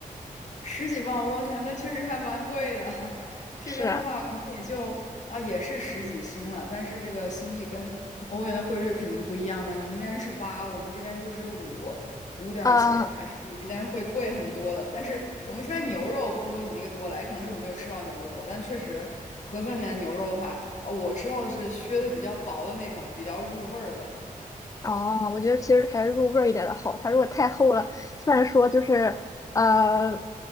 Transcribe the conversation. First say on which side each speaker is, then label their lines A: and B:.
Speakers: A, on the left; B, on the left.
A: 十几万，我天，那确实还蛮贵的。<laughs> 这边的话，
B: 是啊，
A: 可能也就啊，也是十几星了，但是这个新币跟欧元的汇率肯定不一样嘛。你们那边是八，我们这边就是五，五点儿几，
B: 呃
A: 还是你们那边会贵很多的。但是我们这边牛肉不如你那个多了，也可能是我没有吃到牛肉多，但确实盒饭里面的牛肉的话，啊，我吃到的是削的比较薄的那种，比较入味儿的。
B: 哦，我觉得其实还是入味儿一点的好，它如果太厚了，虽然说就是呃